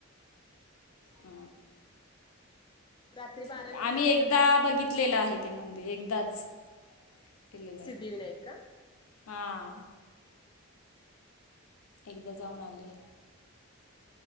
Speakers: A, on the left (about 80°); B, on the left (about 20°).
A: ह
B: रात्री बारा
A: ठीक
B: नंतर
A: आम्ही
B: कसं
A: एकदा बघित कलेला आहे त्या मंदिर एकदाच केलेलं
B: सिद्धिविनायक
A: आहे.
B: का
A: हां एकदा जाऊन आले.